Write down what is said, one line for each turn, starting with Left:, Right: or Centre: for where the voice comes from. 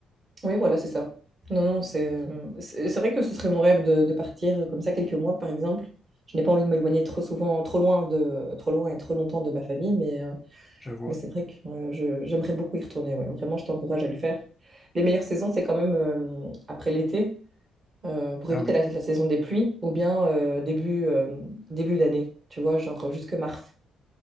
Right: Oui, voilà, c'est ça. Non, non, c'est euh, c'est c'est vrai que ce serait mon rêve de, de partir euh, comme ça quelques mois, par exemple. Je n'ai pas envie de m'éloigner trop souvent, trop loin de, trop loin et trop longtemps de ma famille, mais, euh,
Left: Je vois.
Right: mais c'est vrai que euh, je- j'aimerais beaucoup y retourner. ouais. Vraiment, je t'encourage à le faire. Les meilleures saisons, c'est quand même euh, après l'été, euh, pour
Left: Ah
Right: éviter
Left: oui.
Right: la, la saison des pluies, ou bien euh, début, euh, début d'année, tu vois, genre euh, jusque mars.